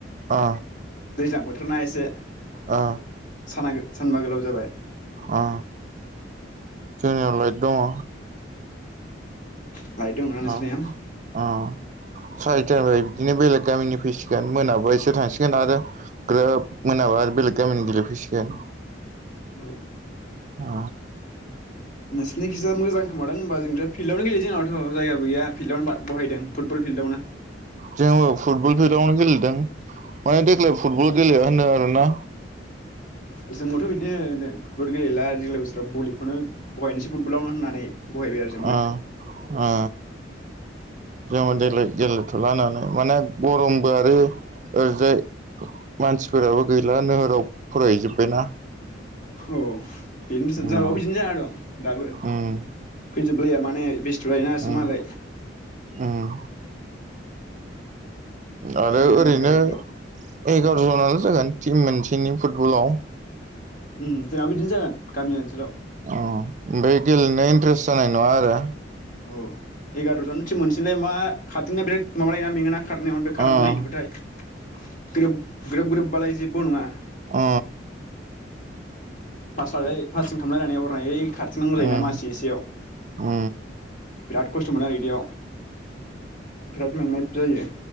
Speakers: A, on the right; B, on the left.
A: आ
B: दैज्लां बोथोरना एसे
A: ओ
B: साना सानबा गोलाव जाबाय
A: अ जोंनियाव लाइट दङ
B: औ लाइट दंना नोंसोरनियाव
A: अ अ सारि ता निफाय बिदिनो बेलेग गामिनि फैसिगोन मोनाबा इसोर थांसिगोन आरो ग्रोब मोनाबा आरो बेलेग गामिनि गेलेफैसिगोन
B: औ
A: आ
B: नोंसिनिखिजा मोजां खोमादां होमबा जोंथ' फिल्डआवनो गेलेयो जोंनावथ' जायगाबो गैया फिल्डआवनो बा बहायदों फुटबल फिल्डआवनो
A: जोङो फुटबल फिल्डावनो गेलेदों माने देग्लाय फुटबल गेलेया होनदों आरोना
B: जोंबोथ' बिदिनो फुटबल गेलेला देग्लाय बोसोराव बलिखौनो बहायनोसै फुटबलावनो होननानै बहायबाय आरो जोंबो
A: आ आ जोङो देलाय गेलेथ'ला होननानै माने गरमबो आरो ओरैजाय मानसिफोराबो गैला नोगोराव फरायहैजोब्बायना
B: औ बेनोथ
A: उम
B: जोंनाबो बिदिनो जाना दं दाबो
A: उम
B: फैजोबलाया माने बेसथ' जायोना एसे
A: उम
B: मालाय
A: उम आरो
B: टाइम होनो
A: ओरैनो
B: नागिरा बेफोराव
A: एगार' जनालाय जागोन टिम मोनसेनि फुटबलाव।
B: जोंनाबो बिदिनो जागोन गामि ओनसोलाव।
A: ओमफ्राय गेलेनाय इन्ट्रेस्ट जानाय नङा आरो
B: औ एगार'जन थिम मोनसैनोलाय मा खारदिंनायाव बिराद माबा लायोना मेङोना खारनायाव खारनांगौ
A: उम
B: जाहैब्लाथाय बिराद ग्रोब ग्रोबबालाय जेबो नङा।
A: अ।
B: पास लालाय पाससिं खामलायनानै हरनो हायो। खारथिंनांगौ जायोना
A: उम
B: मानसि एसेयाव
A: उम
B: बिराद खस्थ' मोनो आरो बिदियाव बिराद मेंनाय जायो।